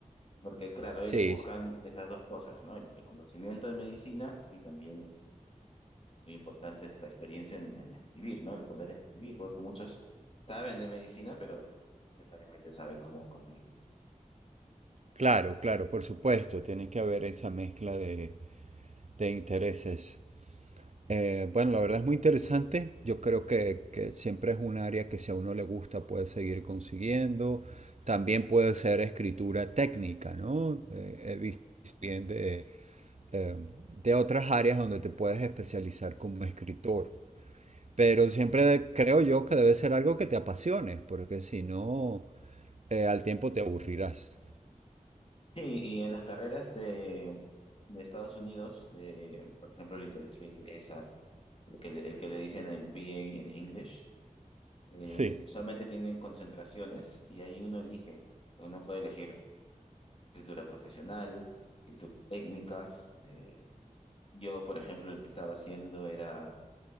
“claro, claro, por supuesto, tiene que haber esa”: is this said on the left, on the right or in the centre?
Right